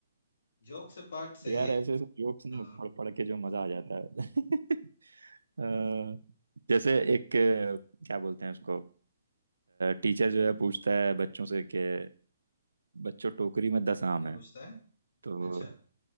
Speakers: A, on the left; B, on the right.
A: जॉक से पार्ट सही
B: यार
A: है
B: ऐसे ऐसे जोक्स ना
A: हाँ
B: पढ़ पढ़ के जो मजा आ जाता है
A: हाँ
B: <laughs> अ, जैसे एक अ, क्या बोलते हैं उसको टीचर जो है पूछता है बच्चों से कि बच्चों टोकरी में दस आम
A: क्या
B: है
A: पूछता है
B: तो
A: अच्छा